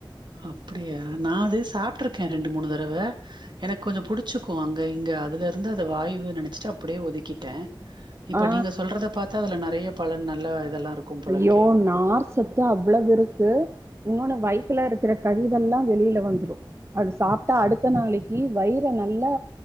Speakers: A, on the right; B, on the right.
A: அப்டியா நா அது சாப்ட்ருக்கே ரெண்டுமூணு தடவ எனக்கொஞ்சொ புடிச்சிக்கும் அங்க இங்க ய அதுலருந்து அது வாய்வு நெனைச்சிட்டு அப்டியே ஒதுக்கிட்டேன் இப்ப
B: ஆ
A: நீங்க சொல்றத பாத்தா அதுல நெ றைய பலன் நல்ல இதெல்லா இருக்கும் போல
B: ஐயோ
A: இருக்கே
B: நார் சத்து அவ்ளோவிருக்கு இன்னோன்னு வயித்துல இரு க்ற கழிவெல்லா வெளில வந்துறும் அது சாப்ட்டா அடுத்த நாளைக்கு வயிற நல்லா